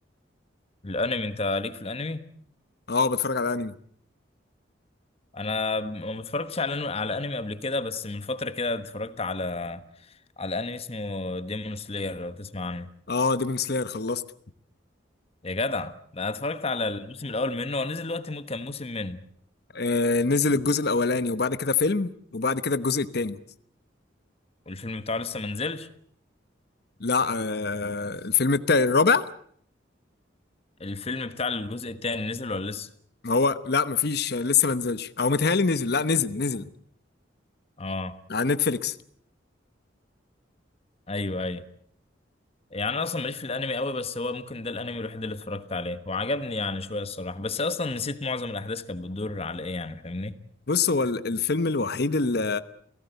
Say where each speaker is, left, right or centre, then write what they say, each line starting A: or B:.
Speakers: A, on the left; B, on the left.
A: الانمي انت ليك في الانمي
B: اه بتفرج على الانمي
A: انا ما اتفرجتش على على انمي قبل كده بس من فتره كده اتفرجت على على انمي اسمه ديمون سلاير لو تسمع عنه
B: اه ديمون سلاير خلصته
A: يا جدع ده انا اتفرجت على الموسم الاول منه ونزل دلوقتي مو- كان موسم منه
B: آه نزل الجزء الاولاني وبعد كده فيلم وبعد كده الجزء التاني
A: والفيلم بتاعه لسه ما نزلش
B: لا آه الفيلم التاني الرابع
A: الفيلم بتاع الجزء التاني نزل ولا لسه
B: ما هو لا مفيش لسه ما نزلش او متهيألي نزل لا نزل نزل
A: اه
B: على نتفليكس
A: ايوه ايوه يعني انا اصلا ماليش في الانمي قوي بس هو ممكن ده الانمي الوحيد اللي اتفرجت عليه وعجبني يعني شويه الصراحه بس اصلا نسيت معظم الاحداث كانت بتدور على ايه يعني فاهمني
B: بص هو ال- الفيلم الوحيد اللي,